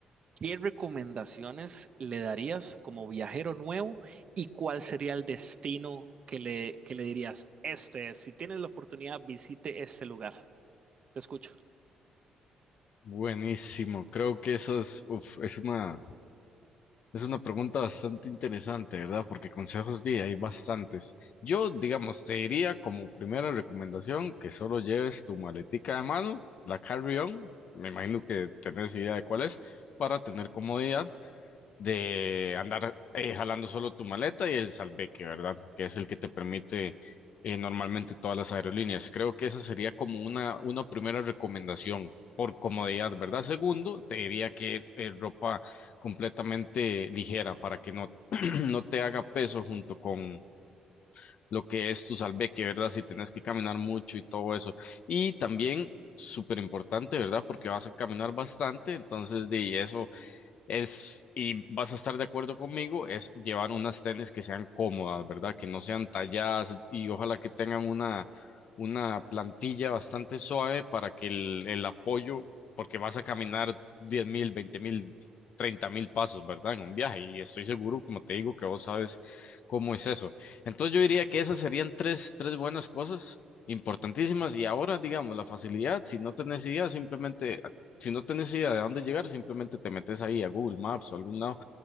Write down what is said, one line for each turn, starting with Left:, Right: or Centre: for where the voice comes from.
Right: ¿qué recomendaciones le darías como viajero nuevo y cuál sería el destino que le, que le dirías? Este, es, si tienes la oportunidad, visite este lugar. Te escucho.
Left: Buenísimo, creo que eso es, uf, es una, es una pregunta bastante interesante, ¿verdad? Porque consejos di, hay bastantes. Yo, digamos, te diría como primera recomendación que solo lleves tu maletica de mano, la carry-on, me imagino que tenés idea de cuál es, para tener comodidad de andar eh, jalando solo tu maleta y el salveque, ¿verdad? Que es el que te permite eh, normalmente todas las aerolíneas. Creo que esa sería como una, una primera recomendación por comodidad, ¿verdad? Segundo, te diría que eh, ropa completamente ligera para que no, <clears throat> no te haga peso junto con lo que es tu salveque, ¿verdad? Si tenés que caminar mucho y todo eso. Y también... Súper importante, ¿verdad? Porque vas a caminar bastante, entonces de y eso es, y vas a estar de acuerdo conmigo, es llevar unas tenis que sean cómodas, ¿verdad? Que no sean talladas y ojalá que tengan una, una plantilla bastante suave para que el, el apoyo, porque vas a caminar diez mil, veinte mil, treinta mil pasos, ¿verdad? En un viaje y estoy seguro, como te digo, que vos sabes cómo es eso. Entonces yo diría que esas serían tres, tres buenas cosas. importantísimas y ahora digamos la facilidad si no tenés idea simplemente si no tenés idea de dónde llegar, simplemente te metes ahí a Google Maps o algún lado